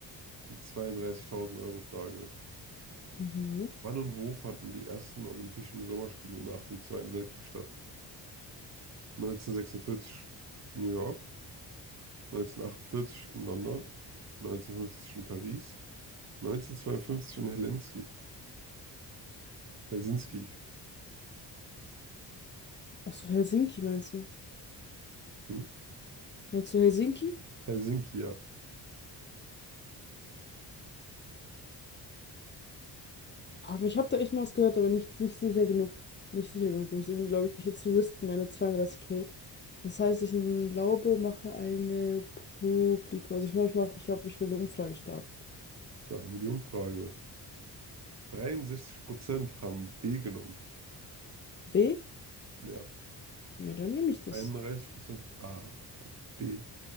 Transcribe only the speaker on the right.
Die 32.000 Euro Frage.
Wann und wo fanden die ersten Olympischen Sommerspiele nach dem Zweiten Weltkrieg statt? 1946 New York, 1948 in London, 1950 in Paris, 1952 in Helsinki. Helsinki.
Hm?
Helsinki, ja.
Starten wir die Umfrage. 63% haben B genommen.
Ja.
31% A, dann B.